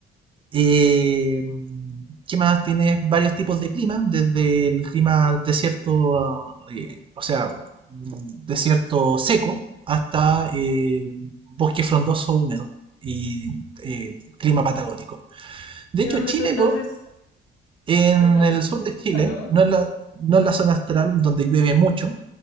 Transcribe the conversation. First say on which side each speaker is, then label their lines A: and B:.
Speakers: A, on the right (about 20°); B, on the left (about 50°).
A: eh, ¿Qué más? Tienes varios tipos de clima, desde el clima desierto, eh, o sea, mm, desierto seco, hasta eh, bosque frondoso húmedo y eh, clima patagónico. De
B: ¿Y
A: hecho,
B: dónde
A: Chile,
B: tú estás
A: lo,
B: es
A: en
B: dónde
A: el
B: tú estás
A: sur de
B: hace
A: Chile,
B: calor?
A: no en la, no en la zona astral donde llueve mucho,